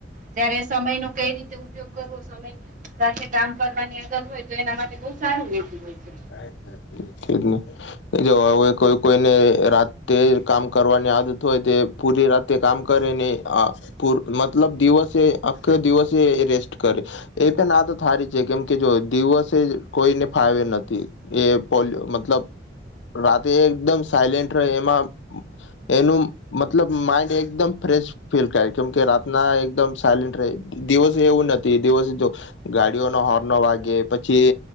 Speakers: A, on the right; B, on the left.
A: ત્યારે સમય નો કઈ રીતે ઉપયોગ કરવો સમય સાથે કામ કરવાની અદર હોય તો એના માટે બહ સારું વેતું હોય છે.
B: <unintelligible> જો હવે કોઈ કોઈને રાતે કામ કરવાની આદત હોય તે પૂરી રાતે કામ કરે ને આ પૂર મતલબ દિવસે આખ દિવસે એ રેસ્ટ કરે એ પણ આદત હારી છે કેમ કે જો દિવસે કોઈને ફાવે નથ થી એ પોલયો મતલબ રાતે એકદમ સાયલેન્ટ રે એમાં એનું મતલબ માઈન્ડ એકદમ ફ્રેશ ફીલ થાય કેમ કે રાતના એકદમ સાયલેન્ટ રહે દિવસે એવું નથી દિવસે તો ગાડીઓ નો હોનો વાગે પછી